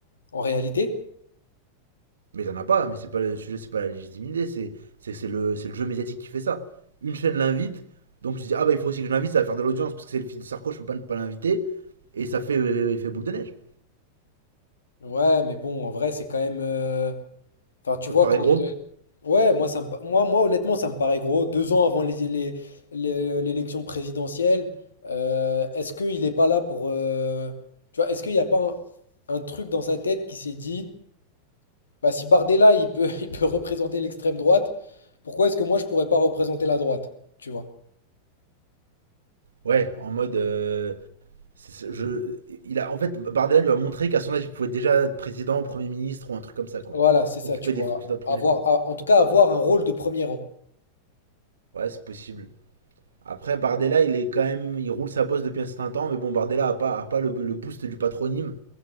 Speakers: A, on the left (about 70°); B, on the right (about 70°).
A: En réalité?
B: Mais il en a pas, mais c'est pas le sujet, c'est pas la légitimité, c'est c'est le, c'est le jeu médiatique qui fait ça. Une chaîne l'invite, donc tu dis ah bah il faut aussi que je l'invite, ça va faire de l'audience parce que c'est le fils de Sarko, je peux pas ne pas l'inviter et ça fait euh, effet boule de neige.
A: Ouais, mais bon, en vrai, c'est quand même... euh, Enfin, tu
B: Ça
A: vois,
B: te paraît
A: quand.
B: gros
A: euh, Ouais, moi, ça me pa- moi, moi, honnêtement, ça me paraît gros. Deux ans avant les- les- les- l'élection présidentielle, euh, est-ce qu'il n'est pas là pour. euh, Tu vois, est-ce qu'il n'y a pas un, un truc dans sa tête qui s'est dit, bah, si Bardella, il peut, <laughs> il peut représenter l'extrême droite, pourquoi est-ce que moi, je pourrais pas représenter la droite? Tu vois.
B: Ouais, en mode euh, je il a en fait Bardella lui a montré qu'à son âge il pouvait déjà être président, premier ministre ou un truc comme ça quoi,
A: Voilà, c'est ça,
B: occuper
A: tu vois.
B: des fonctions de premier
A: Avoir,
B: plan.
A: a- en tout cas, avoir un rôle de premier rang.
B: Ouais, c'est possible. Après Bardella, il est quand même il roule sa bosse depuis un certain temps, mais bon Bardella a pas a pas le, le boost du patronyme